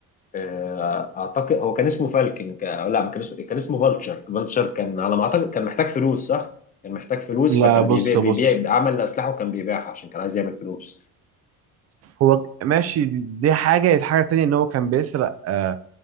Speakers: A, on the left (about 25°); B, on the right (about 45°).
A: آه، اعتقد هو كان اسمه فالكن ك... لا ما كان اسمه كان اسمه فالتشر فالتشر كان على ما اعتقد كان محتاج فلوس صح كان محتاج فلوس
B: لا
A: فكان
B: بص
A: بيبيع بيبيع
B: بص
A: عمل اسلحه وكان بيبيعها عشان كان عايز يعمل فلوس
B: هو ماشي دي حاجة هي حاجة تانية إن هو كان بيسرق آه،